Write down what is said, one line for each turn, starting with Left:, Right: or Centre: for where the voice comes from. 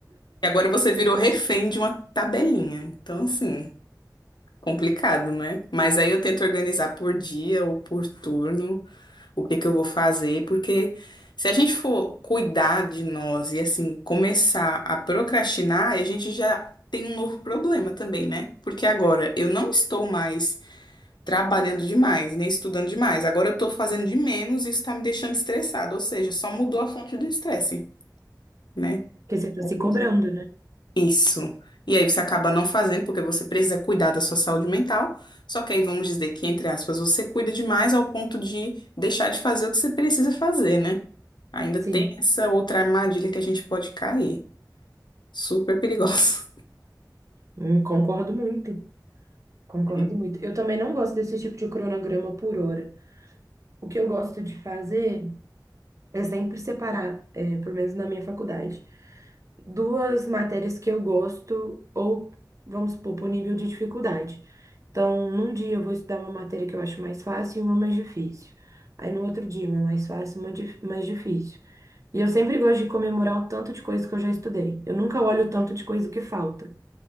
Left: E agora você virou refém de uma tabelinha. Então, assim, complicado, né? Mas aí eu tento organizar por dia ou por turno o que que eu vou fazer, porque se a gente for cuidar de nós e, assim, começar a procrastinar, a gente já tem um novo problema também, né? Porque agora eu não estou mais trabalhando demais, né? Estudando demais. Agora eu tô fazendo de menos e isso tá me deixando estressado, ou seja, só mudou a fonte do estresse, né?
Right: Porque você tá
Left: A
Right: se
Left: gente-
Right: cobrando, né?
Left: Isso. E aí você acaba não fazendo porque você precisa cuidar da sua saúde mental. Só que aí vamos dizer que, entre aspas, você cuida demais ao ponto de deixar de fazer o que você precisa fazer, né? Ainda
Right: Sim,
Left: tem essa outra armadilha que a gente pode cair. Super perigosa.
Right: hum, concordo muito. Concordo
Left: <laughs>
Right: muito. Eu também não gosto desse tipo de cronograma por hora. O que eu gosto de fazer é sempre separar, é, pelo menos na minha faculdade, duas matérias que eu gosto, ou vamos supor, por nível de dificuldade. Então, num dia eu vou estudar uma matéria que eu acho mais fácil e uma mais difícil. Aí no outro dia, uma mais fácil e uma dif- mais difícil. E eu sempre gosto de comemorar o tanto de coisa que eu já estudei. Eu nunca olho o tanto de coisa que falta.